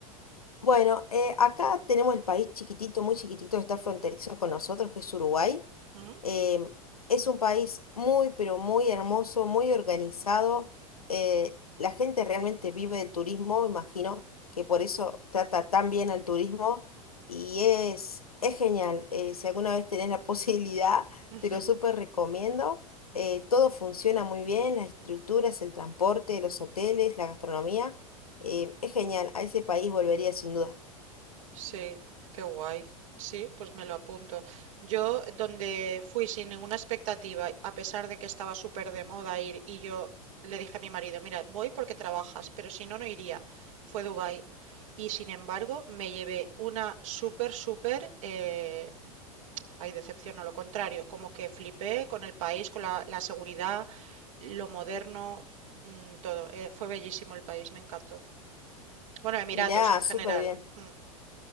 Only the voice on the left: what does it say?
Bueno, eh, acá tenemos el país chiquitito, muy chiquitito, que está fronterizo con nosotros, que es Uruguay.
Eh, es un país muy, pero muy hermoso, muy organizado. eh, la gente realmente vive del turismo, imagino que por eso trata tan bien al turismo y es, es genial. eh, si alguna vez tenés la <laughs> posibilidad,
te lo súper recomiendo. eh, todo funciona muy bien, las estructuras, el transporte, los hoteles, la gastronomía. eh, es genial, a ese país volvería sin duda.
Mirá,
súper bien.